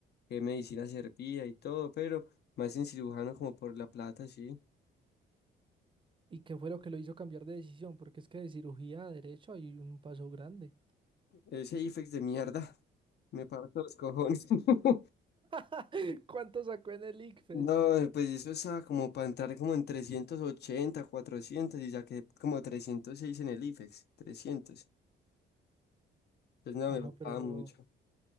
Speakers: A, on the left (about 55°); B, on the right (about 25°).
A: qué medicina servía y todo, pero más en cirujano como por la plata, sí.
B: ¿Y qué fue lo que lo hizo cambiar de decisión? Porque es que de cirugía a Derecho hay un paso grande.
A: Ese IFEX de mierda, <laughs> me parto los cojones. <laughs>
B: <laughs> ¿Cuánto sacó en el ICFES?
A: No, pues eso estaba como para entrar como en 380 400 y saqué como 306 en el IFEX, trescientos Pues no,
B: Ah,
A: me
B: no,
A: faltaba
B: pero
A: mucho.